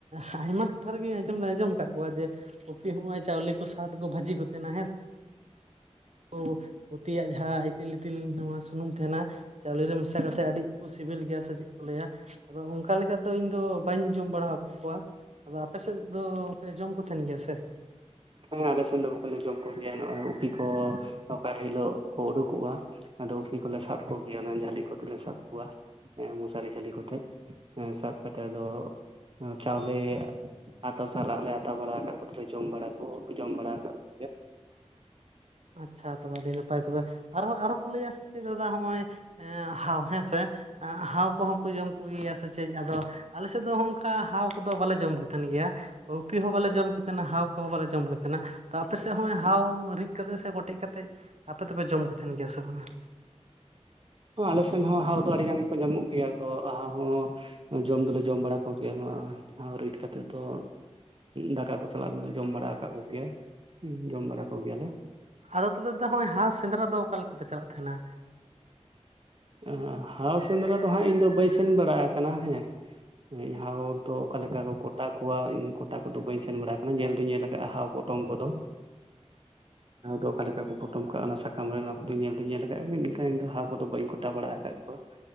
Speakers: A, on the right; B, on the right.
A: ᱦᱟᱭᱢᱟ ᱴᱚᱴᱷᱟ ᱨᱮᱜᱮ ᱟᱸᱡᱚᱢ ᱫᱚ ᱟᱸᱡᱚᱢ ᱠᱟᱫ ᱠᱚᱣᱟ ᱡᱮ ᱩᱯᱤ ᱦᱚᱸᱜᱚᱭ ᱪᱟᱣᱞᱮ ᱠᱚ ᱥᱟ ᱛᱮᱠᱚ ᱵᱷᱟᱹᱡᱤ ᱠᱚ ᱛᱟᱦᱮᱱᱟ ᱦᱮᱸ᱾ ᱠᱩ ᱯᱩᱛᱤᱭᱟᱜ ᱡᱟᱦᱟᱸ ᱤᱛᱤᱞ ᱞᱤᱛᱤᱞ ᱱᱚᱣᱟ ᱥᱩᱱᱩᱢ ᱛᱟᱦᱮᱱᱟ ᱪᱟᱣᱞᱮ ᱨᱮ ᱢᱮᱥᱟ ᱠᱟᱛᱮᱫ ᱟᱹᱰᱤ ᱠᱚ ᱥᱤᱵᱤᱞ ᱜᱮᱭᱟ ᱥᱮ ᱪᱮᱫ ᱠᱚ ᱞᱟᱹᱭᱟ, ᱟᱫᱚ ᱚᱱᱠᱟ ᱞᱮᱠᱟ ᱫᱚ ᱤᱧᱫᱚ ᱵᱟᱹᱧ ᱡᱚᱢ ᱵᱟᱲᱟ ᱟᱠᱟᱫ ᱠᱚᱣᱟ᱾ ᱟᱫᱚ ᱟᱯᱮ ᱥᱮᱫ ᱫᱚ ᱯᱮ ᱡᱚᱢ ᱠᱚ ᱛᱟᱦᱮᱱ ᱜᱮᱭᱟ ᱥᱮ?
B: ᱦᱮᱸ ᱦᱮᱸ ᱟᱞᱮᱥᱮᱱ ᱫᱚ ᱵᱟᱠᱚ ᱞᱮ ᱡᱚᱢ ᱠᱚᱜᱮᱭᱟ, ᱱᱚᱜᱚᱭ ᱩᱯᱤ ᱠᱚ ᱚᱠᱟ ᱦᱤᱞᱳᱜ ᱠᱚ ᱩᱰᱩᱠᱚᱜᱼᱟ᱾ ᱟᱫᱚ ᱩᱯᱤ ᱠᱚᱞᱮ ᱥᱟᱵ ᱠᱚᱜᱮᱭᱟ ᱚᱱᱟ ᱡᱷᱟᱹᱞᱤ ᱠᱚᱛᱮ ᱞᱮ ᱥᱟᱵ ᱠᱚᱣᱟ ᱦᱮᱸ ᱢᱚᱥᱟᱨᱤ ᱡᱷᱟᱹᱞᱤ ᱠᱚᱛᱮ᱾ ᱦᱮᱸ ᱥᱟᱵᱛᱮᱫ ᱟᱫᱚ ᱟ ᱪᱟᱣᱞᱮ ᱟᱛᱟ ᱥᱟᱞᱟᱜ ᱞᱮ ᱟᱛᱟ ᱵᱟᱲᱟ ᱟᱠᱟᱫ ᱠᱚᱛᱮ ᱞᱮ ᱡᱚᱢ ᱵᱟᱲᱟ ᱠᱚ ᱡᱚᱢ ᱵᱟᱲᱟ ᱟᱠᱟᱫ ᱠᱚᱣᱟ᱾
A: ᱟᱪᱪᱷᱟ, ᱛᱚᱵᱮ ᱟᱹᱰᱤ ᱱᱟᱯᱟᱭ ᱛᱚᱵᱮ ᱟᱨᱦ ᱟᱨᱚ ᱠᱚ ᱞᱟᱹᱭᱟ ᱥᱮ ᱪᱮᱫ ᱫᱟᱫᱟ ᱱᱚᱜᱼᱚᱭ ᱮ ᱦᱟᱣ ᱦᱮᱸ ᱥᱮ᱾ ᱦᱟᱣ ᱠᱚᱦᱚᱸ ᱠᱚ ᱡᱚᱢ ᱠᱚᱜᱮᱭᱟ ᱥᱮ ᱪᱮᱫ ᱟᱫᱚ ᱟᱞᱮ ᱥᱮᱫ ᱫᱚ ᱦᱚᱸ-ᱚᱝᱠᱟ ᱦᱟᱣ ᱠᱚᱫᱚ ᱵᱟᱞᱮ ᱡᱚᱢ ᱠᱚ ᱛᱟᱦᱮᱱ ᱜᱮᱭᱟ᱾ ᱩᱯᱤ ᱦᱚᱸ ᱵᱟᱞᱮ ᱡᱚᱢ ᱠᱮᱛᱮᱱᱟ, ᱦᱟᱣ ᱠᱚᱦᱚᱸ ᱵᱟᱞᱮ ᱡᱚᱢ ᱠᱚ ᱛᱟᱦᱮᱱᱟ, ᱛᱚ ᱟᱯᱮᱥᱮᱫ ᱦᱚᱸᱜ-ᱚᱭ ᱦᱟᱣ ᱨᱤᱫ ᱠᱟᱹᱛᱮ ᱥᱮ ᱠᱚᱴᱮᱡ ᱠᱟᱛᱮᱫ ᱟᱯᱮ ᱫᱚᱯᱮ ᱡᱚᱢ ᱠᱚ ᱛᱟᱦᱮᱱ ᱜᱮᱭᱟ ᱥᱮ ᱵᱟᱝᱟ?
B: ᱟᱞᱮ ᱥᱮᱱ ᱦᱚᱸ ᱦᱟᱣ ᱫᱚ ᱟᱹᱰᱤ ᱜᱟᱱ ᱜᱮᱠᱚ ᱧᱟᱢᱚᱜ ᱜᱮᱭᱟ᱾ ᱟᱫᱚ ᱦᱟᱣ ᱦᱚᱸ ᱡᱚᱢ ᱫᱚᱞᱮ ᱡᱚᱢ ᱵᱟᱲᱟ ᱠᱚ ᱜᱮᱭᱟ ᱱᱚᱣᱟ ᱦᱟᱣ ᱨᱤᱫ ᱠᱟᱛᱮᱜ ᱫᱚ᱾ ᱫᱟᱠᱟ ᱠᱚ ᱥᱟᱞᱟᱜ ᱫᱚᱞᱮ ᱡᱚᱢ ᱵᱟᱲᱟ ᱟᱠᱟᱫ ᱠᱚᱜᱮᱭᱟ᱾ ᱦᱩᱸ ᱡᱚᱢ ᱵᱟᱲᱟ ᱠᱚ ᱜᱮᱭᱟᱞᱮ᱾
A: ᱟᱫᱚ ᱛᱚᱵᱮ ᱫᱟᱫᱟ ᱦᱚᱜᱼᱚᱭ ᱦᱟᱳ ᱥᱮᱸᱫᱽᱨᱟ ᱫᱚ ᱚᱠᱟ ᱞᱮᱠᱟᱯᱮ ᱪᱟᱞᱟᱜ ᱛᱟᱦᱮᱱᱟ?
B: ᱮᱸ ᱦᱟᱣ ᱥᱮᱸᱫᱽᱨᱟ ᱫᱚ ᱦᱟᱸᱜ ᱤᱧ ᱫᱚ ᱵᱟᱹᱧ ᱥᱮᱱ ᱵᱟᱲᱟ ᱟᱠᱟᱱᱟ ᱦᱮᱸ᱾ ᱟᱹᱡ ᱦᱟᱣ ᱫᱚ ᱚᱠᱟ ᱞᱮᱠᱟ ᱠᱚ ᱠᱚᱴᱟ ᱠᱚᱣᱟ, ᱤᱧ ᱠᱚᱴᱟ ᱠᱚᱫᱚ ᱵᱟᱹᱧ ᱥᱮᱱ ᱵᱟᱲᱟ ᱟᱠᱟᱱᱟ ᱧᱮᱞ ᱫᱚᱧ ᱧᱮᱞ ᱟᱠᱟᱜᱼᱟ ᱦᱟᱣ ᱯᱚᱴ ᱴᱚᱝ ᱠᱚᱫᱚ᱾
A: <inaudible>
B: ᱦᱟᱣ ᱫᱚ ᱚᱠᱟ ᱞᱮᱠᱟ ᱠᱚ ᱯᱚᱴᱚᱢ ᱠᱟᱜ-ᱟ, ᱚᱱᱟ ᱥᱟᱠᱟᱢ ᱨᱮ ᱱᱚᱣᱟ ᱠᱚᱫᱚ ᱧᱮᱞ ᱫᱩᱧ ᱧᱮᱞ ᱟᱠᱟᱜ ᱜᱮ ᱮᱱᱠᱷᱟᱱ ᱤᱧ ᱫᱚ ᱦᱟᱣ ᱠᱚᱫᱚ ᱵᱟᱹᱧ ᱠᱚᱴ ᱴᱟ ᱵᱟᱲᱟ ᱟᱠᱟᱫ ᱠᱚᱣᱟ᱾